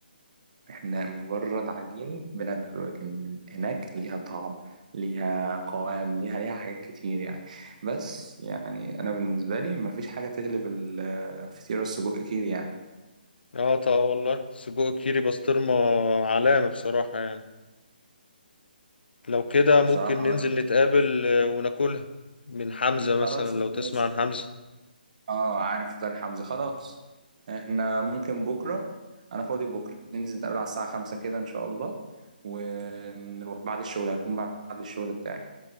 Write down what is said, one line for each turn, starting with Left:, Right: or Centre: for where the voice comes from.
Right: احنا مجرد عجين بناكله لكن هناك ليها طعم ليها قوام ليها ليها حاجات كتير يعني بس يعني انا بالنسبه لي مفيش حاجه تغلب الفطيره السجق كيري يعني
Left: اه طبعا والله سجق كيري بسطرمة علامة بصراحة يعني لو كده
Right: بصراحه
Left: ممكن ننزل نتقابل آه، وناكلها من حمزة مثلا
Right: خلاص الناس
Left: لو تسمع عن حمزة
Right: اه عارف فطار حمزه خلاص احنا ممكن بكره انا فاضي بكره ننزل نتقابل على الساعه خمسة كده ان شاء الله ونروح بعد الشغل هكون بعد الشغل بتاعي